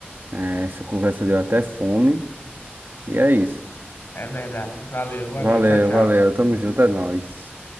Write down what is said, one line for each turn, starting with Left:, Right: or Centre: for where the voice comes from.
Right: É, essa conversa deu até fome. E é isso.
Left: É verdade. Valeu, valeu.
Right: Valeu,
Left: Tchau, tchau.
Right: valeu. Tamo junto, é nóis.